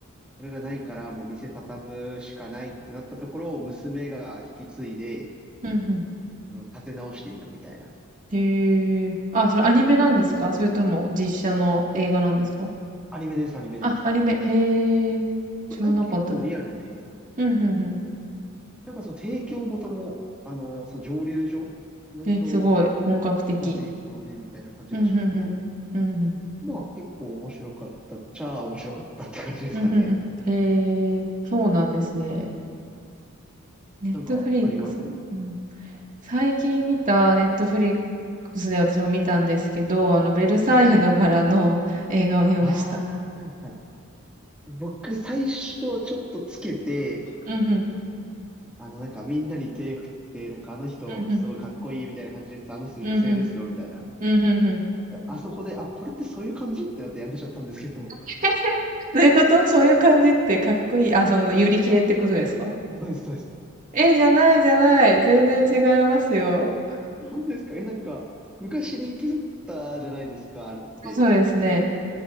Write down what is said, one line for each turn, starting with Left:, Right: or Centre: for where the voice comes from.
Centre: それがないからもう店畳むしかないってなったところを娘が引き継いで、
Right: うん。
Centre: あの、立て直していくみたいな。
Right: へえ。あ、それアニメなんですかそれとも実写の映画なんですか
Centre: アニメです、アニメです。
Right: あ、アニメ。へえ。知らなかったです。
Centre: なんか結構リアルで、
Right: うんうんうん。
Centre: なんかその提供元も、あの、その蒸留所の人
Right: え、すごい。本格的。
Centre: が提供でみたいな感じらしくて、
Right: うんうんうん。うんうん。
Centre: まあ結構面白かったっちゃあ面白かったって感じですかね。
Right: うん、うんうん。へえ、そうなんですね。ネットフリックス。
Centre: なんかあります。
Right: うん。最近見たネットフリックスで私も見たんですけど、あの、ベルサイユのバラの映画を見ました。
Centre: はいああ、はいはい。僕最初ちょっとつけて、
Right: うんうん。
Centre: あのなんかみんなに手振って、なんかあの人すごいかっこいいみたいな感じで言ってたあの人女性ですよみたいな。
Right: うんうん。うんうん。うんうんうん。
Centre: であそこで、あ、これってそういう感じってなってやめちゃったんですけど。
Right: <laughs> どういうことそういう感じってかっこいい。あ、その、ユリ系ってことですか
Centre: <laughs> そうです、そうです。
Right: え、じゃないじゃない。全然違いますよ。
Centre: 本当ですかえ、いやなんか昔人気だったじゃないですか、あれって。
Right: そうですね。